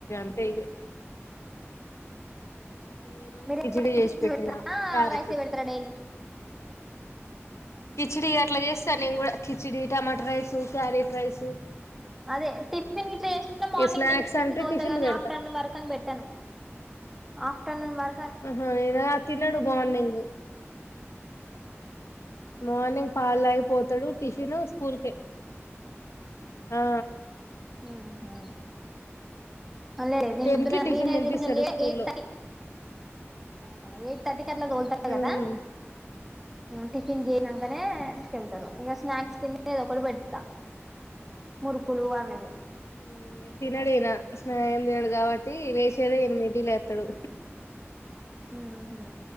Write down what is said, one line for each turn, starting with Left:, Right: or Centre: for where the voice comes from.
Left: ఏ ఈ రోజు
Centre: మీరే
Left: కిచిడి చేసి పెట్టినా
Centre: ఆ
Left: క్యారెట్
Centre: రైసే పెడతారా డైలీ
Left: కిచిడి అట్లా చేస్తా నేను కూడా khichdi tomato rice carrot rice
Centre: అదే టిఫిన్ గిట్ల చేశిత్తే మార్నింగ్
Left: స్నాక్స్
Centre: తినిపిచ్చితోలుతగని
Left: అంటే టిఫిన్లు పెడతా
Centre: ఆఫ్టర్నూన్ వరకు అని పెట్టాను ఆఫ్టర్నూన్ వర
Left: ఆహా ఏడ తినడు మార్నింగు మార్నింగ్ పాలు తాగి పోతాడు టిఫిన్ స్కూల్కే ఆ
Centre: ఆహా మల్లరే నేను
Left: టెన్
Centre: పొద్దున
Left: కి టిఫిన్
Centre: వీనైతే
Left: తినిపిస్తారు
Centre: కొంచం లే
Left: స్కూల్లో
Centre: ఎయిట్ థర్టీ ఆహా ఎయిట్ థర్టీకి అట్ల తోల్తారు కదా
Left: ఉమ్
Centre: ఆ టిఫిన్ జేసినంకనే
Left: అదే
Centre: కెళ్తారు ఇగ స్నాక్స్ కింద ఏదో ఒకటి పెడతా మురుకులు అవి ఇవి
Left: ఉమ్ తినడినా ఏం తినడు కాబట్టి వేస్ట్ చేదా ఎనిమిదిటి లేత్తడు
Centre: ఉహు